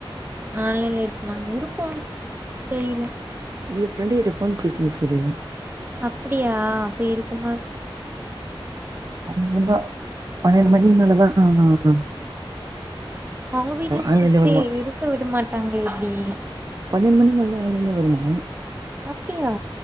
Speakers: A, on the right (about 20°); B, on the right (about 40°).
A: ஆன்லைன்ல இருக்குமா இருக்கூ தெரியலே
B: இது ஃப்ரண்டு கிட்ட போன் பேசினு இருக்குது
A: அப்டியா அப்ப இருக்குமாருக்
B: அவ்ருதா பன்னெண்டு மணிக்கு மேலதா ஆ ஆ ஆ
A: அவங்க வீட்ல
B: ஆன்லைன்ல
A: சித்தி
B: வருமா
A: இருக்க விட மாட்டாங்ளே இப்டி
B: பன்னெண்டு மணிக் மேலதா ஆன்லைன்லே வருமா
A: அப்டியா